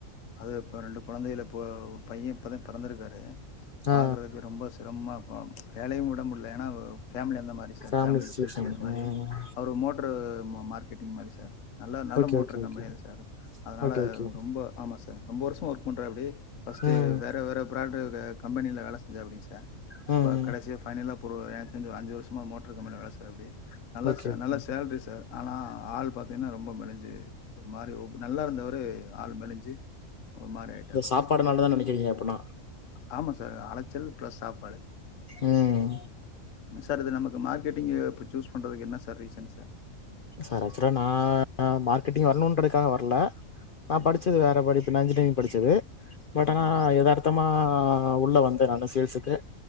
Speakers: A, on the left; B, on the left.
A: அது இப்போ ரெண்டு கொழந்தைகள் இப்போ பையன் இப்ப தான் பொறந்திருக்கான் றாரு பாக்கறதுக்கு
B: ஆ
A: ரொம்ப சிரமம் க்கும் வேலயும் விட முடியல வேணா பேமிலி அந்த மாதிரி sir
B: family
A: family
B: situation
A: issues அந்த மாதிரி
B: ம்
A: அவர் மோட்டரு மார்க்கெட்டிங் மாதிரி சார் நல்ல நல்ல
B: okay
A: motor
B: okay
A: company
B: okay
A: அது சார் அதனால
B: ஓகே ஓகே
A: ரொம்ப ஆமா சார் ரொம்ப வருஷம் ஒர்க் பண்றாபடி பர்ஸ்ட்டு
B: ம்
A: வேற வேற பிராண்டு கம்பனியில் வேல செஞ்சாபடிங்க சார்
B: ம் ம்
A: கடைசியா பைனலா ஒரு எனக்கு தெரிஞ்சு அஞ்சு வருஷமா மோட்டர் கம்பெனில வேல செய்றபடி சார் அப்படி நல்லா
B: ஓகே
A: சார் நல்ல
B: ஓகே
A: சேல்றி சார் ஆனா ஆள் பாத்திங்கன்னா ரொம்ப மெலிஞ்சு மாதிரி நல்லா இருந்தவரு ஆள் மெலிஞ்சு ஒரு மாரி ஆயிட்டாப்டி
B: இந்த சாப்பாடுனாலதான் நனைக்கக்கீங்க அப்பனா
A: ஆமாம் சார் அலச்சல் ப்ளஸ் சாப்பாடு
B: உம்
A: சார் இது நமக்கு மார்க்கெட்டிங்க் இப்போ சூஸ் பண்ணுறதுக்கு என்ன சார் ரீசன் சார்
B: சார் ஆக்சுவலா நான் மார்க் கெட்டிங்க வரணூன்றகாக வரல நா
A: சரிங்க
B: படித்தது
A: சார்
B: வேறு படிப்புன இன்ஜினியரிங் படித்தது பட்
A: ஓகே
B: ஆனா
A: ஓகே சார்
B: எதாத்தமா உள்ளே வந்து த்து நாங்க சேல்சுக்கு